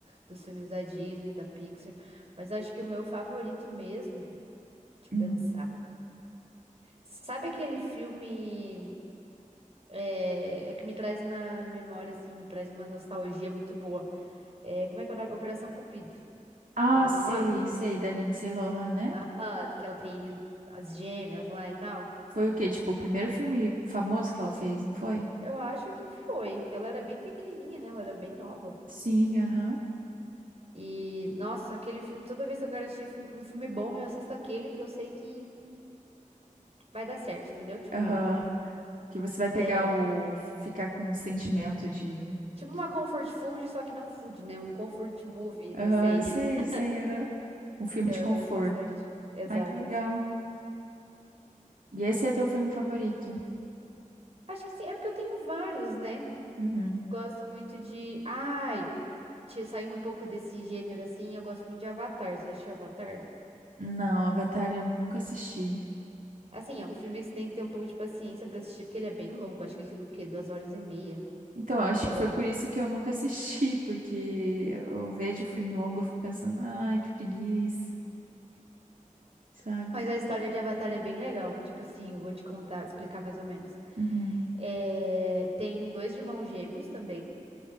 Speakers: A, on the right; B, on the right.
A: dos filmes da Disney, da Pixar. Mas acho que o meu favorito mesmo, de
B: uhum.
A: pensar. Sabe aquele filme é, é que me traz uma memória, assim, me traz uma nostalgia muito boa? É, como é que é o nome? Operação Cupido.
B: Ah,
A: Já ouviu
B: sei,
A: falar?
B: sei, da Lindsay Lohan, né?
A: Ah, que ela tem as gêmeas lá e tal.
B: Foi o quê? Tipo, o primeiro filme famoso que ela fez, não foi?
A: Eu acho que foi, porque ela era bem pequenininha, né? Ela era bem nova.
B: Sim, aham.
A: E, nossa, aquele filme, toda vez que eu quero assistir fi- um filme bom, eu assisto aquele, porque eu sei que vai dar certo, entendeu? Tipo,
B: Aham. Que você vai pegar
A: é,
B: o.
A: ó,
B: Ficar com o sentimento de.
A: tipo
B: <laughs>
A: uma comfort food, só que não food, né? Um comfort movie, não
B: Aham,
A: sei.
B: sei,
A: <laughs>
B: sei, aham. Um filme
A: Então,
B: de
A: eu
B: conforto.
A: gosto bastante. Exato.
B: Ai, que legal. E esse é teu filme favorito?
A: Acho que sim, é porque eu tenho vários, né?
B: Uhum.
A: Eu gosto muito de. Ai, te- saindo um pouco desse gênero assim, eu gosto muito de Avatar. Você já assistiu Avatar?
B: Não, Avatar eu nunca assisti.
A: Assim, é um filme que você tem que ter um pouco de paciência pra assistir, porque ele é bem longo. Acho que ele tem o quê? Duas horas e meia,
B: Então, eu acho
A: sei
B: que foi
A: lá.
B: por isso que eu nunca assisti, <laughs> porque eu vejo filme longo, eu fico pensando, ai, que preguiça, sabe?
A: Mas a história de Avatar é bem legal. Tipo assim, eu vou te contar, explicar mais ou menos.
B: Uhum,
A: É, tem dois irmãos gêmeos também.